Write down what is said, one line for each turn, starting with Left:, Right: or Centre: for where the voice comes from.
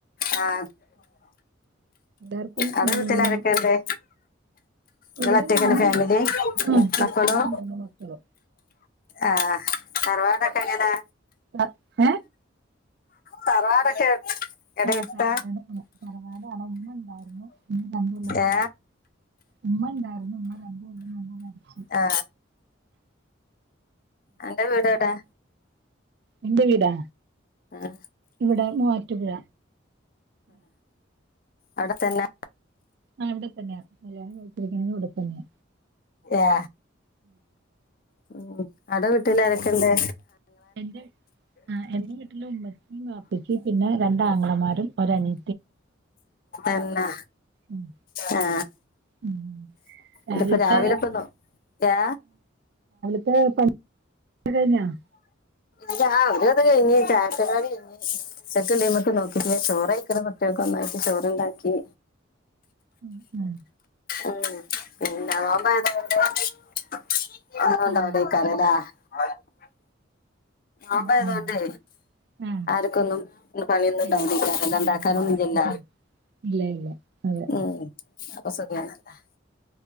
Left: ആ
Right: എല്ലാർക്കും
Left: ഇങ്ങടെ
Right: ആഹ്
Left: വീട്ടിലാരൊക്കെണ്ടേ ഇയാളൊറ്റക്കാണോ
Right: ഇവിടെ ഞാനും
Left: ഫാമിലി
Right: ഭ ആ ഭർത്താവ്
Left: മക്കളും
Right: മൂന്ന് മക്കളും
Left: ആഹ തറവാടൊക്കെങ്ങനാ
Right: അ ഹ
Left: തറവാടൊക്കെ ഇടയിട്ട
Right: ആ തറവാടാണ് ഇമ്മ ഇണ്ടായിരുന്നു ഇ കണ്ട
Left: ഏ
Right: ഉമ്മ ഉണ്ടായിരുന്നു ഉമ്മ രണ്ടു കൊല്ലം മുൻപ് മരിച്ചു
Left: ആ എന്റെറെ വീടടാ
Right: എന്റെ വീടാ
Left: ആ,
Right: ഇവിടെ മൂവാറ്റുപുഴ
Left: അടുത്തന്നെ
Right: ആഹ് ഇവിടെ തന്നെയാ കല്യാണം കഴിച്ചിരിക്കുന്നത് ഉടുപ്പ്ന്ന്
Left: ഏ ഉം അടെ വീട്ടിലാരൊക്കെ ഇണ്ട്
Right: എന്റെ ആ എന്റെ വീട്ടില് ഉമ്മചിം വാപ്പച്ചും പിന്നെ രണ്ടാങ്ങളമാരും ഒരനി
Left: എന്ന
Right: ഉം
Left: ആ
Right: ഉം രാവിലത്തെ
Left: ഇതിപ്പ രാവിലെ ഇപ്പന്നോ ഏ
Right: അ പ <unintelligible>
Left: ഇ ആ ഒരു അത് കഴിഞ്ഞ് ചായ പരിപാടി കഴിഞ്ഞ് ഉച്ചക്ക് നോക്കിട്ട് ചോറ് കഴിക്ക്ണ് കുട്ടി ഒന്നായിട്ട് ചോറണ്ടാക്കി
Right: ഉ ഉം
Left: ഉം. <unintelligible>
Right: ആഹ്
Left: ആയതോണ്ടേ
Right: ഉം ഉം ആഹ്
Left: ആർക്കൊന്നും പണിയൊന്നും ഇണ്ടാവു
Right: ഏഹ്
Left: <unintelligible>
Right: ഇണ്ടാവൂല
Left: കറൻ്റ് ഇല്ലല്ല
Right: ഇല്ല ഇല്ല അതെ
Left: ഉം അപ്പൊ സുഖാണല്ലോ